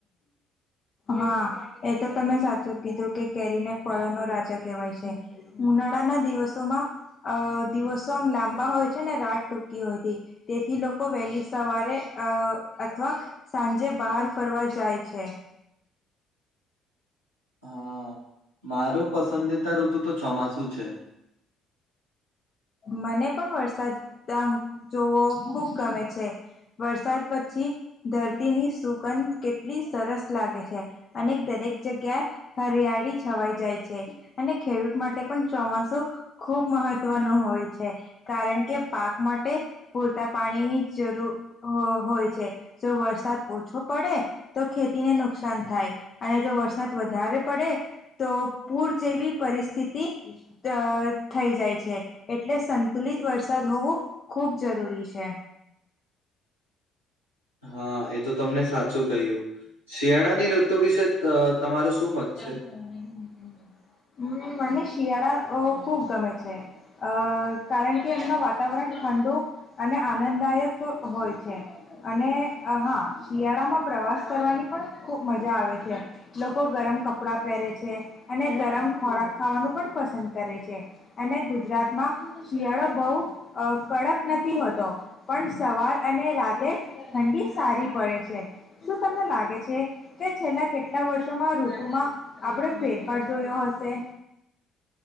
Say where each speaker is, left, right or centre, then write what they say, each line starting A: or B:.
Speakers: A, on the left; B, on the left.
A: હા એ તો તમે સાચું કીધું કે કેરીને ફળો નો રાજા કહેવાય છે ઉનાળાના દિવસોમાં અ દિવસો આમ લાંબા હો હોય છે ને રાત ટૂંકી હોય હતી તેથી લોકો વહેલી સવારે અ અથવા સાંજ જે બહાર ફરવા જાય છે
B: <inaudible> <inaudible> હા મારું પસંદીતા ઋતુ તો ચોમાસું છે <inaudible> <inaudible>
A: મને પણ વરસાદ દમ જોવો ખુબ ગમે છે વરસાદ પછી ધરતીની સુગંધ કેટલી સરસ લાગે છે અને દરેક જગ્યાએ હરિયા હરિયાણી છવાઈ જાય છે અને ખેડૂત માટે પણ ચોમાસું ખુબ મહત્વનુ હોય છે કારણ કે પાક માટે પૂરતા પાણીની જરૂર હો હોય છે જો વરસાદ ઓછો પડે તો ખેતીને નુકસાન થાય અને જો વરસાદ વધારે પડે પડે તો પૂર જેવી પરિસ્થિતિ દ થઈ જાય છે એટલે સંતુલિત વરસાદ હોવો ખૂબ જરૂરી છે
B: <inaudible> <inaudible> હા એ તો તમને સાચું કહ્યું શિયાળાની ઋતુ વિશે અ તમારું શું મત
A: હમ
B: છે?
A: મનીષ શિયાળા અ ખૂબ ગમે છે અ કારણ કે એમનું વાતાવરણ ઠંડુ અને અને આનંદદાયક હોય છે અને હા શિયાળામાં પ્રવાસ કરવાની પણ ખુબ મજા આવે છે લોકો ગરમ કપડા પહેરે છે અને ગરમ ખોરાક ખાવાનું પણ પસંદ કરે છે અને ગુજરાતમાં શિયાળો બહુ અ કડક નથી હોતો પણ સવાર અને રાતે ઠંડી સારી પડે છે શું તમને લાગે છે કે છેલ્લા કેટલા વર્ષોમાં શ્રૃતુ માં આપડો ફેરફાર જોયો હશે